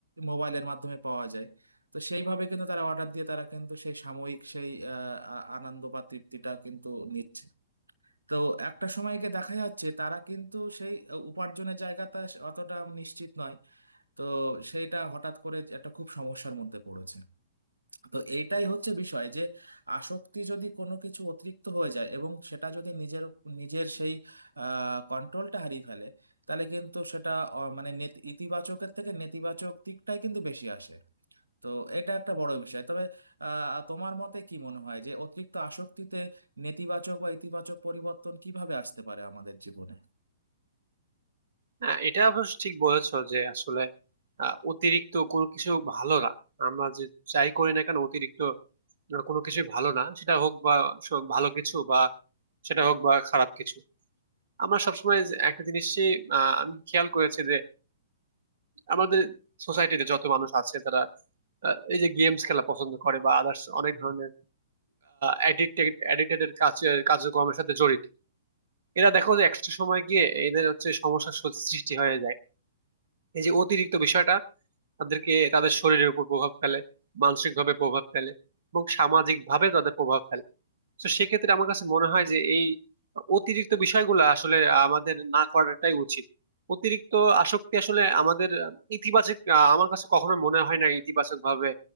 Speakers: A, on the right; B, on the right.
A: মোবাইলের মাধ্যমে পাওয়া যায় তো সেইভাবে কিন্তু তারা অর্ডার দিয়ে তারা কিন্তু সেই সাময়িক সেই আহ, আ- আনন্দ বা তৃপ্তিটা কিন্তু নিচ্ছে তো একটা সময় গিয়ে দেখা যাচ্ছে তারা কিন্তু সেই উপার্জনের জায়গাটা অতটা নিশ্চিত নয় তো সেইটা হঠাৎ করে একটা খুব সমস্যার মধ্যে পড়েছে তো এইটাই হচ্ছে বিষয় যে আসক্তি যদি কোনো কিছু অতিরিক্ত হয়ে যায় এবং সেটা যদি নিজের নিজের সেই কন্ট্রোলটা হারিয়ে ফেলে তাহলে কিন্তু সেটা আহ, মানে নেতি- ইতিবাচকের থেকে নেতিবাচক দিকটাই কিন্তু বেশি আসে তো এটা একটা বড় বিষয় তবে আহ, তোমার মতে কি মনে হয় যে অতিরিক্ত আসক্তিতে নেতিবাচক বা ইতিবাচক পরিবর্তন কিভাবে আসতে পারে আমাদের জীবনে
B: হ্যাঁ এটা অবশ্য ঠিক বলেছো যে আসলে আহ, অতিরিক্ত কোনো কিছু ভালো না আমরা যে চাই করি না কেন অতিরিক্ত কোনো কিছু ভালো না সেটা হোক বা স- ভালো কিছু বা সেটা হোক বা খারাপ কিছু আমরা সবসময় যে একটা জিনিসই আহ, আমি খেয়াল করেছি যে আমাদের সোসাইটিতে যত মানুষ আছে তারা আহ, এই যে গেমস খেলা পছন্দ করে বা আদার্স অনেক ধরনের অ্যাডিক্টেড অ্যাডিক্টেড কাজ কার্যক্রমের সাথে জড়িত এরা দেখো যে একটা সময় গিয়ে এদের হচ্ছে সমস্যার সৃষ্টি হয়ে যায় এই যে অতিরিক্ত বিষয়টা তাদেরকে তাদের শরীরের উপর প্রভাব ফেলে মানসিক ভাবে প্রভাব ফেলে এবং সামাজিক ভাবে তাদের প্রভাব ফেলে তো সেক্ষেত্রে আমার কাছে মনে হয় যে এই অতিরিক্ত বিষয়গুলো আসলে আমাদের না করাটাই উচিত অতিরিক্ত আসক্তি আসলে আমাদের ইতিবাচক আহ, আমার কাছে কখনো মনে হয় না ইতিবাচক ভাবে